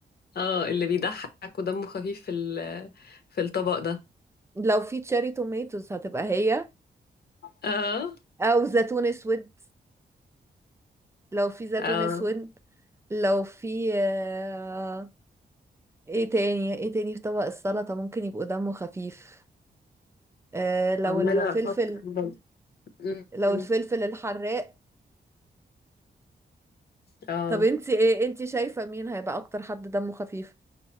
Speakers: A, on the left (about 70°); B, on the right (about 15°).
A: اه اللي بيضحك ودمه خفيف في ال- في الطبق ده
B: لو في تشيري توميتوز هتبقى هي
A: اه
B: او زيتون اسود لو في زيتون
A: اه
B: اسود لو في آه، ايه تاني ايه تاني في طبق السلطة ممكن يبقوا دمه خفيف آه، لو
A: عمالة
B: الفلفل
A: افكر برضه. م-
B: لو
A: م.
B: الفلفل الحراق
A: اه
B: طب انتي ايه انتي شايفة مين هيبقى اكتر حد دمه خفيف